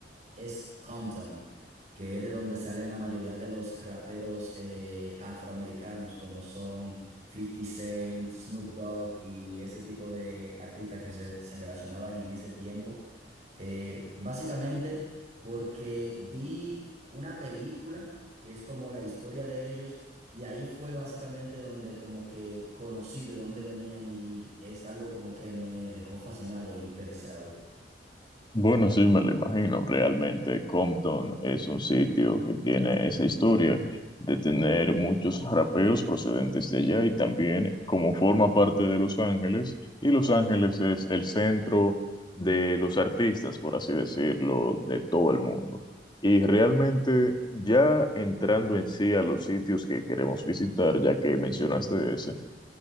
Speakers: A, on the right (about 40°); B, on the left (about 25°).
A: es Compton, que es de donde salen la mayoría de los raperos eh, afroamericanos, como son Fifty Cent, Snoop Dogg y ese tipo de artistas que se, se relacionaban en ese tiempo. Eh, básicamente porque vi una película que es como la historia de ellos. Y ahí fue básicamente donde como que conocí de dónde venían y es algo como que me dejó fascinado e interesado.
B: Bueno, sí, me lo imagino. Realmente Compton es un sitio que tiene esa historia de tener muchos raperos procedentes de allá y también como forma parte de Los Ángeles, y Los Ángeles es el centro de los artistas, por así decirlo, de todo el mundo. Y realmente ya entrando en sí a los sitios que queremos visitar, ya que mencionaste ese,